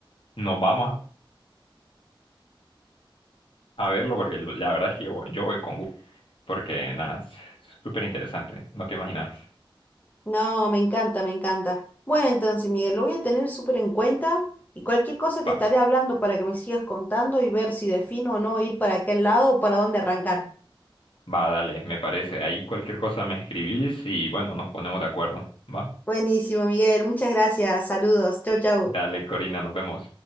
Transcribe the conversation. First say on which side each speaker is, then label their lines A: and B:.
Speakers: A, on the left; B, on the left.
A: nos vamos a verlo porque lo- la verdad es que yo, yo voy con gusto, porque nada, es súper interesante, no te imaginas.
B: No, me encanta, me encanta. Bueno, entonces, Miguel, lo voy a tener súper en cuenta y cualquier cosa te
A: Va,
B: estaré hablando para que me sigas contando y ver si defino o no ir para aquel lado o para dónde arrancar.
A: va, dale, me parece. Ahí cualquier cosa me escribís y bueno, nos ponemos de acuerdo. Va,
B: Buenísimo, Miguel. Muchas gracias. Saludos. Chau, chau.
A: dale, Corina, nos vemos.